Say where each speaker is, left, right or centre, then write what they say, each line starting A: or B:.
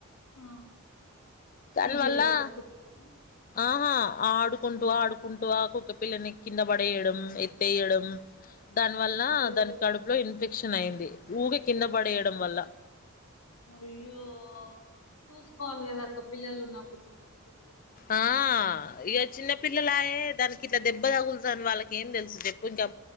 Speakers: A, on the left; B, on the left.
A: హ
B: దానివల్ల
A: తీసేసిర్రా ఆడుకుంటున్నర
B: ఆహా ఆడుకుంటూ ఆడుకుంటూ ఆ కుక్క పిల్లని కింద పడేయడం. ఎత్తేయడం. దాని వల్ల
A: అయ్యో
B: దాని కడుపులో ఇన్ఫెక్షన్ ఇన్ఫెక్షన్ అయింది. ఊకే కింద పడేయడం వల్ల.
A: అయ్యో చూసుకోవాలి కదా. అక్క పిల్లలు ఉన్నప్పుడు మనకు కుక్కపిల్లలు
B: ఆ ఇగ చిన్న పిల్లలయే దానికి ఇట్లా దెబ్బ తగులుత అని వాళ్ళకి ఏం తెలుసు చెప్పు ఇంకా